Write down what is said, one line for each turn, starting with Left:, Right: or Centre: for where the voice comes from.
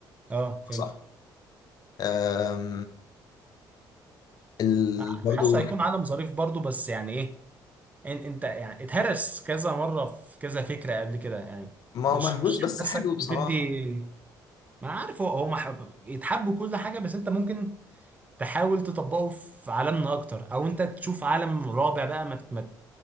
Right: اه فهمت
Left: صح آم، ال...
Right: حاسه
Left: برضو
Right: هيكون عالم ظريف برضو بس يعني ايه انت انت يعني اتهرس كذا مره في كذا فكره قبل كده يعني
Left: ما
Right: مش
Left: هو مهووس
Right: مش
Left: بس
Right: حاسك
Left: حلو
Right: بتدي
Left: بصراحة
Right: ما عارف هو هو مح- يتحب كل حاجه بس انت ممكن تحاول تطبقه في عالمنا اكتر او انت تشوف عالم رابع بقى ما ت- ما ت-